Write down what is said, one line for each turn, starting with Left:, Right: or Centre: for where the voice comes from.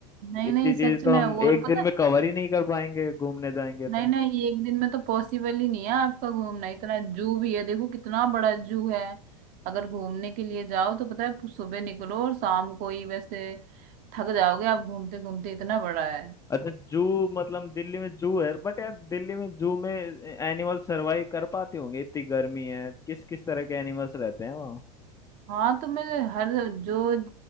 Right: नहीं
Left: इतनी
Right: नहीं
Left: चीज
Right: सच
Left: तो
Right: में
Left: हम
Right: वो और
Left: एक
Right: पता
Left: दिन
Right: है,
Left: में कवर ही नहीं कर पाएंगे घूमने जाएंगे तो
Right: नहीं नहीं ये एक दिन में तो पॉसिबल ही नहीं है आपका घूमना इतना जू भी है देखो कितना बड़ा जू है अगर घूमने के लिए जाओ तो पता है सुबह निकलो और शाम को ही वैसे थक जाओगे आप घूमते घूमते इतना बड़ा है
Left: अच्छा जू मतलब दिल्ली में जू है बट यार दिल्ली में जू में एनिमल सरवाइव कर पाते होंगे इतनी गर्मी है किस किस तरह के एनिमल्स रहते हैं वहाँ
Right: हाँ तो मैं हर जो